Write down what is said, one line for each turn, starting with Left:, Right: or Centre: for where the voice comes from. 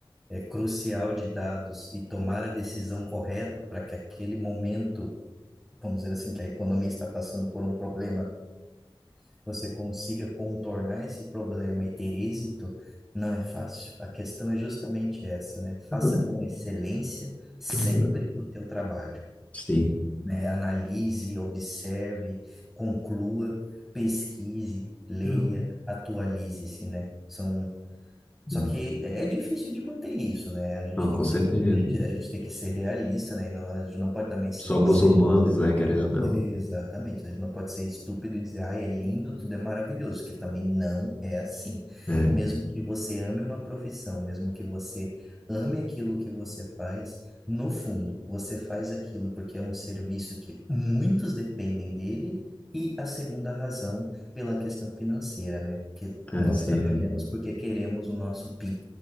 Centre: é, crucial de dados e tomar a decisão correta para que aquele momento, vamos dizer assim, que a economia está passando por um problema, você consiga contornar esse problema e ter êxito, não é fácil. A questão é justamente essa, né?
Left: Não,
Centre: Faça com excelência sempre
Left: não,
Centre: o teu trabalho
Left: Sim,
Centre: né? Analise, observe, conclua, pesquise, leia,
Left: não,
Centre: atualize-se, né? São... Só
Left: hum,
Centre: que é é difícil de manter isso, né? A gente
Left: não, com
Centre: tem que
Left: certeza.
Centre: ser, a gente, a gente tem que ser realista, né? E não, a gente não pode também ser,
Left: Somos
Centre: ser
Left: humanos, né, querendo ou não.
Centre: Exatamente, né? A gente não pode ser estúpido e dizer, ai, é lindo, tudo é maravilhoso, que também não é assim.
Left: É,
Centre: Mesmo que você ame uma profissão, mesmo que você ame aquilo que você faz, no fundo, você faz aquilo porque é um serviço que muitos dependem dele, e a segunda razão pela questão financeira, né? Que
Left: é,
Centre: nós
Left: sim.
Centre: trabalhamos
Left: É,
Centre: porque queremos o nosso Pix